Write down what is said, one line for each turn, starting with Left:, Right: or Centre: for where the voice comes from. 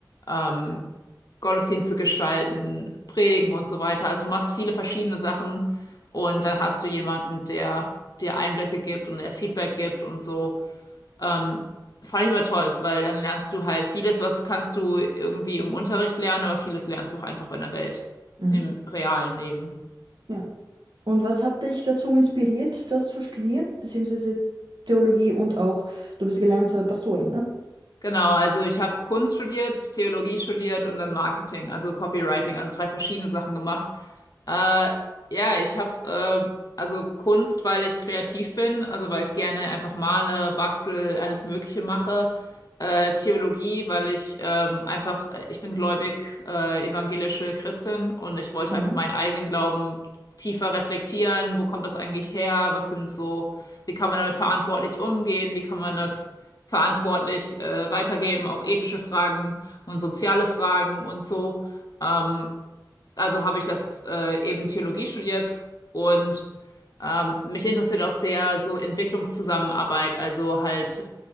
Left: Ähm, Gottesdienste gestalten, predigen und so weiter. Also du machst viele verschiedene Sachen und dann hast du jemanden, der dir Einblicke gibt und der Feedback gibt und so. Ähm, fand ich immer toll, weil dann lernst du halt vieles, was kannst du irgendwie im Unterricht lernen, aber vieles lernst du auch einfach in der Welt,
Right: mhm.
Left: im realen Leben.
Right: ja. Und was hat dich dazu inspiriert, das zu studieren, beziehungsweise Theologie und auch, du bist gelernte Pastorin, ne?
Left: Genau, also ich habe Kunst studiert, Theologie studiert und dann Marketing, also Copywriting, also drei verschiedene Sachen gemacht. Äh, ja, ich habe äh, also Kunst, weil ich kreativ bin, also weil ich gerne einfach male, bastel, alles Mögliche mache. Äh, Theologie, weil ich ähm, einfach, äh, ich bin gläubig, äh, evangelische Christin und ich wollte
Right: Mhm.
Left: einfach meinen eigenen Glauben tiefer reflektieren. Wo kommt das eigentlich her? Was sind so, wie kann man damit verantwortlich umgehen? Wie kann man das verantwortlich äh, weitergeben, auch ethische Fragen und soziale Fragen und so. Ähm, also habe ich das äh, eben Theologie studiert und ähm, mich interessiert auch sehr so Entwicklungszusammenarbeit, also halt